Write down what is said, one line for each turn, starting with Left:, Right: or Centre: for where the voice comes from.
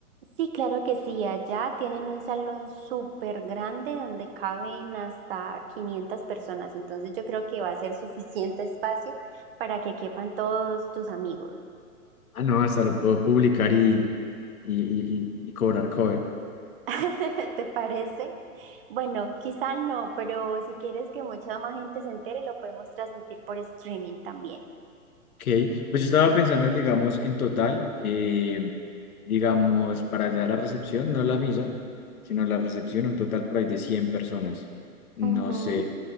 Right: Sí, claro que sí. Allá tienen un salón súper grande donde caben hasta 500 personas. Entonces yo creo que va a ser suficiente espacio para que quepan todos tus amigos.
Left: Ah, no, hasta lo puedo publicar y, y, y- y- y cobrar cover.
Right: <laughs> ¿Te parece? Bueno, quizá no, pero si quieres que mucha más gente se entere, lo podemos transmitir por streaming también.
Left: Ok, pues yo estaba pensando en, digamos, en total, eh, digamos, para allá la recepción, no la misa, sino la recepción, un total por ahí de 100 personas. No
Right: Ujú.
Left: sé.